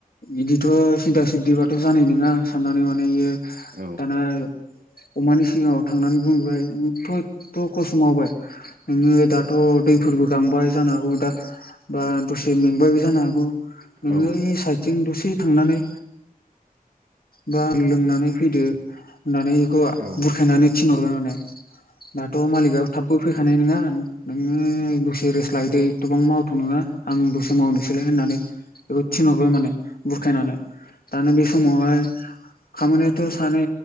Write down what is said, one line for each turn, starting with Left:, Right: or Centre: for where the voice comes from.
Left: इदिथ' सिदा सिदिबाथ' जाय नं ना साननानै माने बेयो
Right: औ
Left: दाना अमानि सिगाङाव थांनानै बुंबाय नोंथ' एथ' खस्थ' मावबाय नोङो दाथ' दैफोरबो गांबाय जानो हागौ दा बा दसे मेंबायबो जानो हागौ
Right: ओं
Left: नोङो साइदथिं दसे थांनानै बा लोंनानै फैदो होननानै बेखौ
Right: औ
Left: बुरखायनानै थिनहरबाय माने दाथ' मालिकआ थाबबो फैखानाय नङा नोङो दसे रेस्ट लायदो एथ'बां मावथ' नङा आं दसे मावनोसैलाय होननानै बेखौ थिनहरबाय माने बुरखायनानै दानो बेसे समावहाय खामानियाथ' सानै